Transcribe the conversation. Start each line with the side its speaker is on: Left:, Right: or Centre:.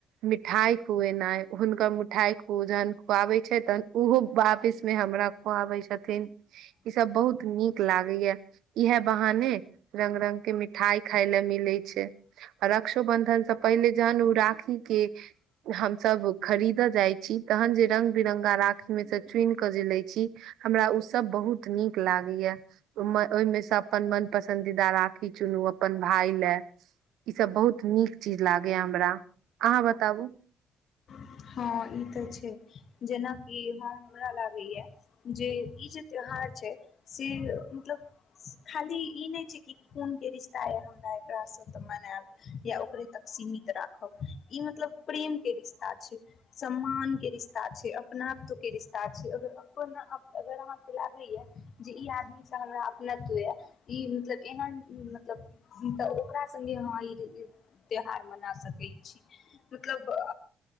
Right: मिठाइ खुएनाइ हुनका ठाइ पूजन खुआबै छै तहन ओहो वापिस मे हमरा आबे छथिन ई सब बहुत नीक लागे या इएहे बहाने रंग रंग के मिठाई खाय ले मिले छै आ रक्षोबंधन से पहिले जहन ओ राखी के हमस खरीदत जाइ छी तहन जे रंग बिरङंगा राख में से चुइन के जे ले छी हमरा ओ सब बहुत नीक लागैय ओहिमेसँ अपन मन पसन्दीदा राखी चुनू अपन भाय ल ईसभ बहुत नीक चीज लागैए हमरा अहाँ बताबु
Left: हँ ई तऽ छै जेनाकि हम हमरा लागैए जे ई जे त्यौहार छै से मतलब खाली ई नहि छै कि खूनके रिश्ता यऽ हमरा एकरासँ तऽ मनायब या ओकरे तक सीमित राखब ई मतलब प्रेमके रिश्ता छै सम्मानके रिश्ता छै अपनत्व के रिश्ता छै अगर अप अगर अहाँके लागैए जे ई आदमीसँ हमरा अपत्व यए ई मतलब एहन मतलब तऽ ओकरा सङ्गे अहाँ ई त्यौहार मना सकै छी मतलब